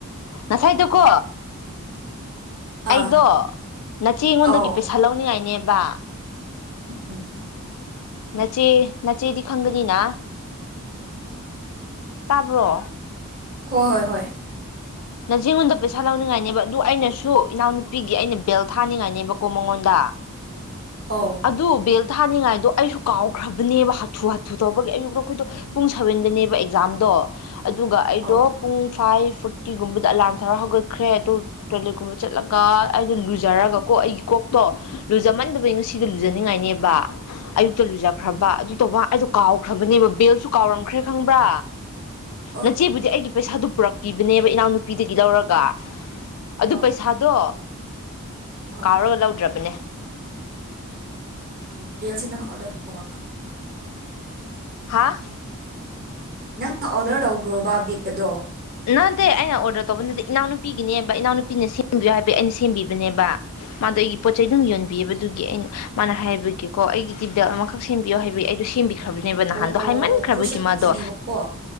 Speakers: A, on the left; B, on the right.
A: ꯉꯁꯥꯏꯗꯨꯀꯣ ꯑꯩꯗꯣ
B: ꯑꯥ
A: ꯅꯆꯦ ꯉꯣꯟꯗꯒꯤ
B: ꯑꯧ
A: ꯄꯩꯁꯥ ꯂꯧꯅꯤꯡꯉꯥꯏꯅꯦꯕ
B: <unintelligible>
A: ꯅꯆꯦ ꯅꯆꯦꯗꯤ ꯈꯪꯒꯅꯤꯅ ꯇꯥꯕ꯭ꯔꯣ
B: ꯍꯣꯏ ꯍꯣꯏ ꯍꯣꯏ
A: ꯅꯆꯦꯉꯣꯟꯗ ꯄꯩꯁꯥ ꯂꯧꯅꯤꯡꯉꯥꯏꯅꯦꯕ ꯑꯗꯨ ꯑꯩꯅꯁꯨ ꯏꯅꯥꯎꯅꯨꯄꯤꯒꯤ ꯑꯩꯅ ꯕꯦꯜ ꯊꯥꯅꯤꯡꯉꯥꯏꯅꯦꯕꯀꯣ ꯃꯉꯣꯟꯗ
B: ꯑꯧ
A: ꯑꯗꯨ ꯕꯦꯜ ꯊꯥꯅꯤꯡꯉꯥꯏꯗꯣ ꯑꯩꯁꯨ ꯀꯥꯎꯈ꯭ꯔꯕꯅꯦꯕ ꯍꯥꯊꯨ ꯍꯥꯊꯨ ꯇꯧꯕꯒꯤ ꯑꯩꯖꯨ ꯃꯈꯣꯏꯗꯣ ꯄꯨꯡ ꯁꯚꯦꯟꯗꯅꯦꯕ ꯑꯦꯛꯖꯥꯝꯗꯣ ꯑꯗꯨꯒ ꯑꯩꯗꯣ
B: ꯑꯧ
A: ꯄꯨꯡ ꯐꯥꯏꯚ ꯐꯣꯔ ꯇꯤꯒꯨꯝꯕꯗ ꯑꯂꯥꯔꯝ ꯇꯧꯔꯒ ꯍꯧꯒꯠꯈ꯭ꯔꯦ ꯑꯗꯣ ꯇꯣꯏꯂꯦꯠꯒꯨꯝꯕ ꯆꯠꯂꯒ ꯑꯩꯗꯤ ꯂꯨꯖꯔꯒ ꯀꯣ ꯑꯩꯒꯤ ꯀꯣꯛꯇꯣ ꯂꯨꯖꯃꯟꯗꯕꯩꯩ ꯉꯁꯤꯗꯤ ꯂꯨꯖꯅꯤꯡꯉꯥꯏꯅꯦꯕ ꯑꯌꯨꯛꯇ ꯂꯨꯖꯈ꯭ꯔꯕ
B: ꯎꯝ
A: ꯑꯗꯨ ꯇꯧꯕ ꯑꯩꯗꯣ ꯀꯥꯎꯈ꯭ꯔꯕꯅꯦꯕ ꯕꯦꯜꯁꯨ ꯀꯥꯎꯔꯝꯈ꯭ꯔꯦ ꯈꯪꯕ꯭ꯔꯥ
B: ꯑꯣ
A: ꯅꯆꯦꯕꯨꯗꯤ ꯑꯩꯒꯤ ꯄꯩꯁꯥꯗꯨ ꯄꯨꯔꯛꯇꯦ ꯅꯦꯕ ꯏꯅꯥꯎꯅꯨꯄꯤꯗꯒꯤ ꯂꯧꯔꯒ ꯑꯗꯨ
B: ꯑꯣ
A: ꯄꯩꯁꯥꯗꯣ
B: ꯑꯧ
A: ꯀꯥꯎꯔꯒ ꯂꯧꯗ꯭ꯔꯕꯅꯦ
B: ꯕꯦꯜꯁꯤ ꯅꯪꯅ ꯑꯣꯗꯔ ꯇꯧꯕ
A: ꯍꯥꯥ
B: ꯅꯪꯅ ꯑꯣꯔꯗ ꯇꯧꯕ꯭ꯔꯣꯕ ꯕꯦꯜꯗꯣ
A: ꯅꯠꯇꯦ ꯑꯩꯅ ꯑꯣꯔꯗꯔ ꯇꯧꯕ ꯅꯠꯇꯦ ꯏꯅꯥꯎꯅꯨꯄꯤꯒꯤꯅꯦꯕ ꯏꯅꯥꯎꯅꯨꯄꯤꯅ ꯁꯦꯝꯕꯤꯌꯨ ꯍꯥꯏꯕ ꯑꯩꯅ ꯁꯦꯝꯕꯤꯕꯅꯦꯕ ꯃꯥꯗꯣ ꯑꯩꯒꯤ ꯄꯣꯠꯆꯩꯩ ꯑꯗꯨꯝ ꯌꯣꯟꯕꯤꯌꯦꯕ ꯑꯗꯨꯒꯤ ꯑꯩꯅ ꯃꯥꯅ ꯍꯥꯏꯕꯒꯤꯀꯣ ꯑꯩꯒꯤꯗꯤ ꯕꯦꯜ ꯑꯃꯈꯛ ꯁꯦꯝꯕꯤꯌꯣ ꯍꯥꯏꯕꯒꯤ ꯑꯩꯗꯣ ꯁꯦꯝꯕꯤ ꯈ꯭ꯔꯕꯅꯦꯕ ꯅꯍꯥꯟꯗꯣ
B: ꯑꯣ
A: ꯍꯥꯏꯃꯟꯈ꯭ꯔꯕꯒꯤ
B: ꯀ꯭ꯔꯣꯁꯦꯠꯀꯤꯅꯦꯕꯀꯣ
A: ꯃꯥꯗꯣ